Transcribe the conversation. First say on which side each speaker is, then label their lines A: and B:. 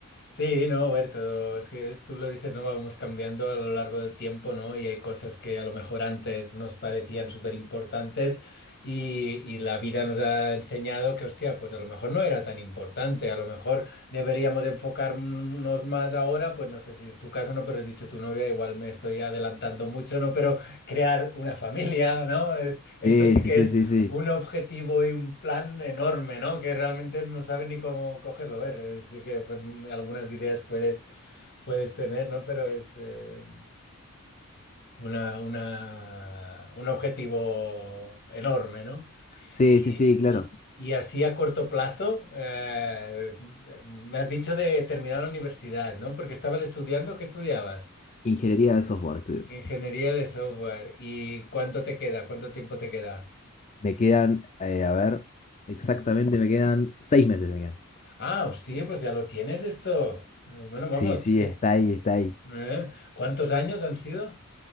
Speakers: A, on the left; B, on the left.
A: Sí, no, Berto, es que tú lo dices, no vamos cambiando a lo largo del tiempo, ¿no? Y hay cosas que a lo mejor antes nos parecían súper importantes y, y la vida nos ha enseñado que, hostia, pues a lo mejor no era tan importante, a lo mejor deberíamos enfocarnos más ahora, pues no sé si es tu caso, ¿no? Pero has dicho tu novia, igual me estoy adelantando mucho, ¿no? Pero crear una familia, ¿no? Es, esto
B: Sí,
A: sí
B: sí,
A: que
B: sí, sí, sí.
A: un objetivo y un plan enorme, ¿no? Que realmente no sabe ni cómo cogerlo. A ver, sí que pues, m- algunas ideas puedes, puedes tener, ¿no? Pero es eh, una, una- un objetivo enorme, ¿no?
B: Sí,
A: Y,
B: sí, sí, claro.
A: y- y así a corto plazo, eh, me has dicho de terminar la universidad, ¿no? Porque estabas estudiando, ¿qué estudiabas?
B: Ingeniería de software estudio.
A: Ingeniería de software. ¿Y cuánto te queda? ¿Cuánto tiempo te queda?
B: Me quedan, eh, a ver, exactamente, me quedan seis meses, me quedan.
A: Ah, hostia, pues ya lo tienes esto. Eh, Bueno,
B: Sí,
A: vamos,
B: sí,
A: ¿qué,
B: está ahí,
A: cu-
B: está ahí.
A: eh? ¿Cuántos años han sido?